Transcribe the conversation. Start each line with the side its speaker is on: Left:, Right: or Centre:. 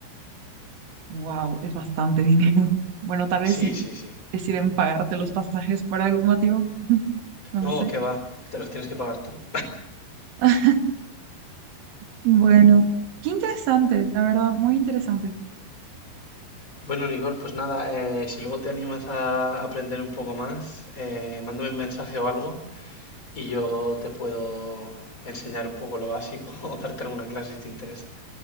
Right: wow, es bastante dinero. <laughs> Bueno, tal vez
Left: Sí,
Right: si
Left: sí, sí.
Right: deciden pagarte los pasajes por algún motivo, <laughs> no lo
Left: No,
Right: sé.
Left: que va, te los tienes que pagar tú.
Right: <laughs> Bueno, qué interesante, la verdad, muy interesante.
Left: Bueno, Nicole, pues nada, eh, si luego te animas a aprender un poco más, eh, mándame un mensaje o algo y yo te puedo enseñar un poco lo básico <laughs> o darte alguna clase si te interesa,